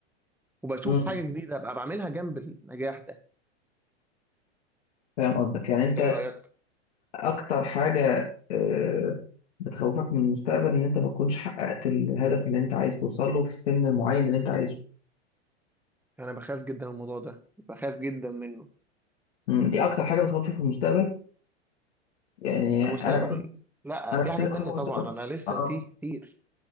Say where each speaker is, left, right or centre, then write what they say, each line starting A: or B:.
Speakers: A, in the centre; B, on the left (about 75°).
A: وبشوف
B: امم
A: حاجه جديده ابقى بعملها جنب النجاح ده
B: فاهم قصدك يعني انت
A: ايه رايك
B: اكتر حاجه آه، بتخوفك من المستقبل ان انت ما تكونش حققت الهدف اللي انت عايز توصل له في السن المعين اللي انت عايزه
A: انا بخاف جدا من الموضوع ده بخاف جدا منه
B: امم دي اكتر حاجه بتخوفك في المستقبل يعني
A: المستقبل
B: انا بحس
A: لا
B: انا
A: في
B: حاسس
A: حاجات
B: ان أنا
A: تانية
B: بخاف من المستقبل
A: طبعا انا لسه
B: اه
A: في كتير